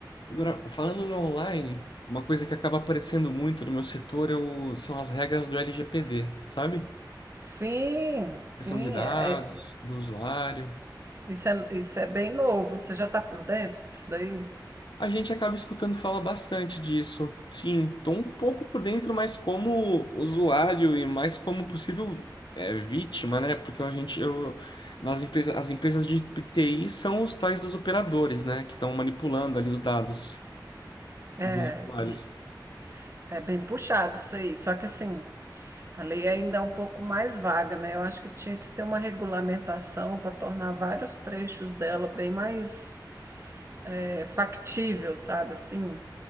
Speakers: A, on the left; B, on the right.
A: Agora, falando no online, uma coisa que acaba aparecendo muito no meu setor é o- são as regras do LGPD, sabe?
B: Sim, sim,
A: Proteção de dados,
B: é-
A: do usuário.
B: isso é, isso é bem novo. Você já está por dentro disso daí?
A: A gente acaba escutando falar bastante disso. Sim, estou um pouco por dentro, mas como usuário e mais como possível é, vítima, né? Porque a gente, eu, nas empresas, as empresas de TI são os tais dos operadores, né? Que estão manipulando ali os dados
B: É,
A: dos usuários.
B: e é bem puxado isso aí. Só que assim. A lei ainda é um pouco mais vaga, né? Eu acho que tinha que ter uma regulamentação para tornar vários trechos dela bem mais eh, factível, sabe? Assim,